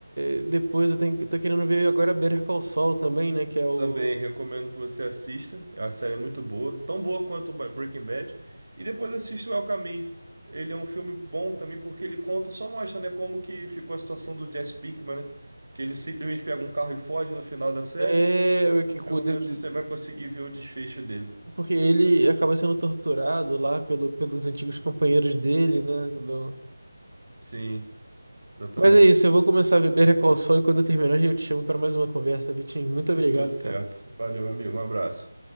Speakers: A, on the right (about 85°); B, on the right (about 60°).
A: é, depois. Eu tenho, tô querendo ver agora Better Call Saul também, né? Que é o.
B: Também recomendo que você assista. É uma série é muito boa, tão boa quanto Ba- Breaking Bad. E depois assista o El Caminho. Ele é um filme bom também porque ele conta, só mostra, né, como que ficou a situação do Jesse Pinkman, né? Que ele simplesmente pega um carro e foge no final da série.
A: É, que, cu-
B: Pelo
A: de-
B: menos
A: de-
B: você vai conseguir ver o desfecho dele.
A: Porque ele acaba sendo torturado lá pelo, pelos antigos companheiros dele, né? do-
B: Sim, exatamente.
A: Mas é isso, eu vou começar a beber Recall Sol e quando eu terminar eu te chamo para mais uma conversa, Vitinho. Muito obrigado,
B: Tudo certo.
A: cara.
B: Valeu, meu amigo. Um abraço.